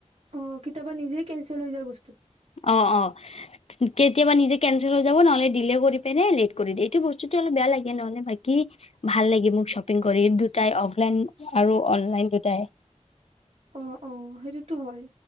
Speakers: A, on the right; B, on the left.
A: অঁ কেতিয়াবা নিজে কেনচেল হৈ যায় বচ
B: অঁ - অঁ। কেতিয়াবা নিজে কেনচেল হৈ যাব নহ'লে ডিলে কৰি পেনে লেট কৰি দিয়ে, এইটো বস্তু অলপ বেয়া লাগে নহ'লে বাকী ভাল লাগে মোক শ্বপিং কৰি দুটাই অফলাইন আৰু অনলাইন দুটাই।
A: অঁ-অঁ সেইটোতো হয়।